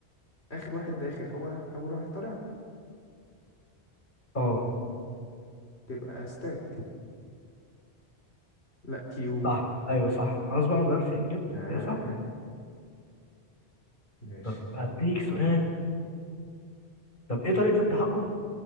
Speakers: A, on the left; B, on the left.
A: اخر واحد داخل هو اول واحد طالع
B: اه
A: تبقى ستاك لا كيو
B: صح ايوه صح خلاص بقى ما نغيرش اجابتك
A: آه
B: هي صح
A: ماشي
B: طب هديك سؤال طب ايه طريقة التحقق